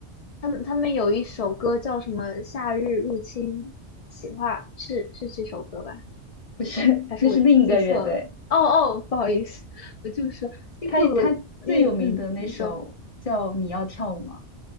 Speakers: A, on the left; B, on the left.
A: 他们他们有一首歌叫什么《夏日入侵》，企划是是这首歌吧？
B: 不是，<laughs>
A: 还是我记错了？
B: 那是另一个乐队，
A: 哦哦，不好意思，我就说新裤子的，
B: 他他最有名的那首叫《你要跳舞吗》，
A: 因为嗯，你说